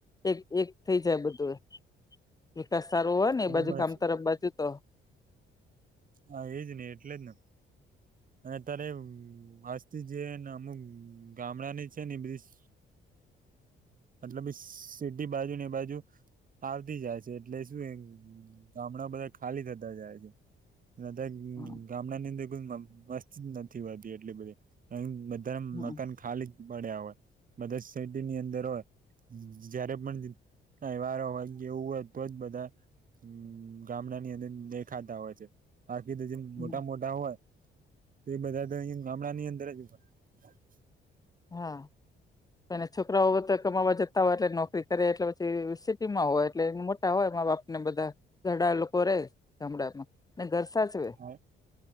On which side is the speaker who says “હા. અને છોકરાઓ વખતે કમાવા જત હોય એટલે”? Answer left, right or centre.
Left